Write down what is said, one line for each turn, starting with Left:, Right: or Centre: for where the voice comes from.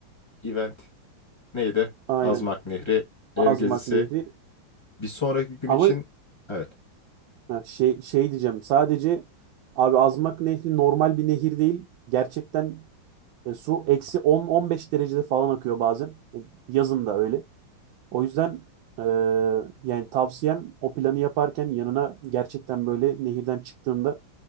Left: event Neydi?
Right: Aynen.
Left: Azmak Nehri, ev
Right: Azmak
Left: gezisi.
Right: Nehri
Left: Bir sonraki gün
Right: Ama
Left: için evet.
Right: ha, şey şey diyeceğim sadece abi Azmak Nehri normal bir nehir değil. Gerçekten e, su eksi 10-15 derecede falan akıyor bazen. E, Yazın da öyle. O yüzden e, yani tavsiyem o planı yaparken yanına gerçekten böyle nehirden çıktığında